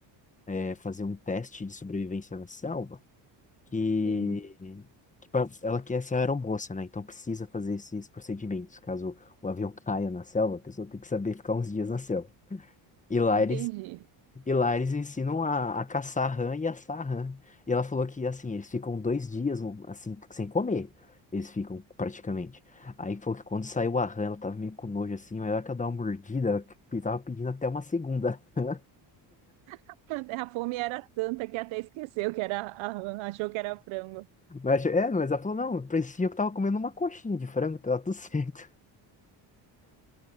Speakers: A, on the left; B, on the right.
A: é, fazer um teste de sobrevivência na selva que,
B: sim,
A: que pa- ela quer ser aeromoça, né? Então precisa fazer esses procedimentos. Caso o avião <laughs> caia na selva, a pessoa tem que saber ficar uns dias na selva. E lá
B: entendi.
A: eles, e lá eles ensinam a, a caçar rã e assar rã. E ela falou que, assim, eles ficam dois dias, um, assim, sem comer. Eles ficam, praticamente. Aí falou que quando saiu a rã, ela tava meio com nojo, assim, mas ela que ela dá uma mordida, ela que tava pedindo até uma segunda. <laughs>
B: <laughs> A fome era tanta que até esqueceu que era, a- <laughs> achou que era frango.
A: Mas, é, mas ela falou, não, parecia que eu tava comendo uma coxinha de frango, tava tudo <laughs> certo.